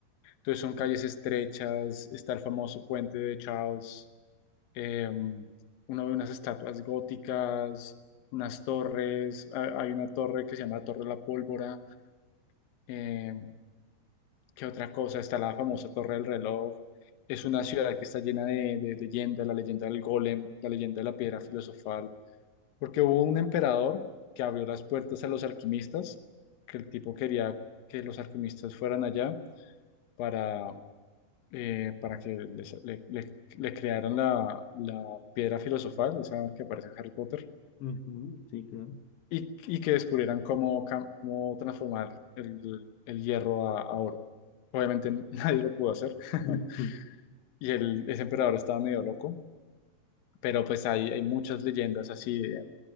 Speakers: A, on the left; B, on the left.
A: Entonces son calles estrechas, está el famoso puente de Charles, eh, uno ve unas estatuas góticas, unas torres, ha- hay una torre que se llama la Torre de la Pólvora, eh, ¿qué otra cosa? Está la famosa Torre del Reloj. Es una ciudad que está llena de, de leyendas, la leyenda del golem, la leyenda de la piedra filosofal porque hubo un emperador que abrió las puertas a los alquimistas, que el tipo quería que los alquimistas fueran allá para, eh, para que les- le, le- le crearan la, la piedra filosofal, esa que aparece en Harry Potter,
B: Ujú, sí, claro.
A: y, y que descubrieran cómo, cam- cómo transformar el, el hierro a, a oro. Obviamente <laughs> nadie lo pudo hacer, <laughs>
B: <laughs> Ujú.
A: y el, ese emperador estaba medio loco, pero pues hay, hay muchas leyendas así, eh,